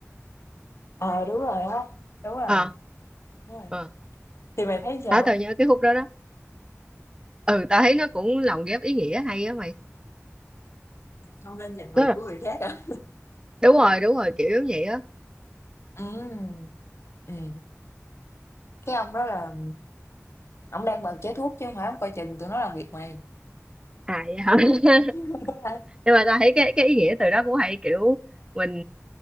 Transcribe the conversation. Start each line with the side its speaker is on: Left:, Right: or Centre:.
Left: Ờ, đúng rồi á. Đúng rồi,
Right: ờ,
Left: đúng rồi.
Right: à.
Left: Thì mày thấy sao?
Right: đó tao nhớ cái khúc đó đó ừ tao thấy nó cũng lồng ghép ý nghĩa hay á mày
Left: Không nên giành việc
Right: Tức là-
Left: của người khác à?
Right: đúng rồi đúng rồi kiểu giống vậy á
Left: <laughs> Ừm, ừm. Cái ông đó là ông đang bào chế thuốc chứ không phải ông coi chừng tụi nó làm việc mày.
Right: à, vậy hả <laughs>
Left: Đúng
Right: nhưng mà ta thấy cái cái ý nghĩa từ đó cũng hay kiểu mình